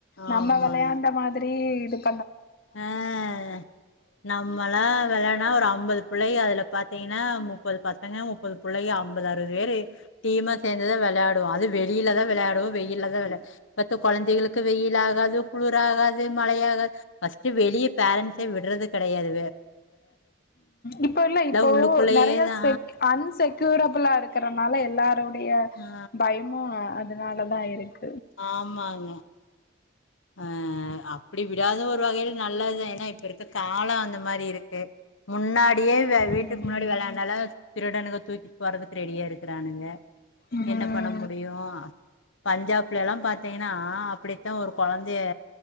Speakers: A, on the left; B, on the left.
A: நம்ம
B: ஆமாங்க
A: விளையாண்ட மாதி <unintelligible>
B: ஆஹ் நம்மல்லாம் விளனா ஒரு ஐம்பது பிள்ளைய அதுல பார்த்தீங்கன்னா முப்பது பசங்க மு ப்பது பிள்ளைைய ஐம்பது அறுபது பேர் டீமா சேர் ந்து தான் விளையாடுவோம் அது வெளியில தான் விளையாடுவோம் வெயில்ல தான் விளையா பெத்த குழந்தைகளுக்கும் வெயில் ஆகாது குளிராகா து மழையாக பஸ் டு வெளிய பேரன்ண்ட்ஸை விடுறது கிடையாது
A: இப்ப இல்ல இப்போ
B: உள்ளுக்குள்ளயே
A: நறைய
B: தா
A: செக் அன்செக்யூரபுளா இருக்கனால எல்லாரோ டைய
B: ஆ
A: பயமும் அதனாலதான் இருக்கு
B: ஆமாங்க ஆஹ் அப்படி விடாத ஒரு வகையில நல்லதுதான் ஏன்னா இப்ப இருக் க காலம் அந்த மாரி இருக்கு முன்னாடியே வீட்டுக்கு
A: ம்
B: முன்னாடி விளையாண்டாலும் திருடனுங்க தூக்கிட்டு போறதுக்கு ரெடியா இருக்கிறானுங்க
A: ம்
B: என்ன பண்ண முடியும் பஞ்சாப்ல எல்லாம் பார்த்தீங்கன்னா அப்படித்தான் ஒரு குழந்தைய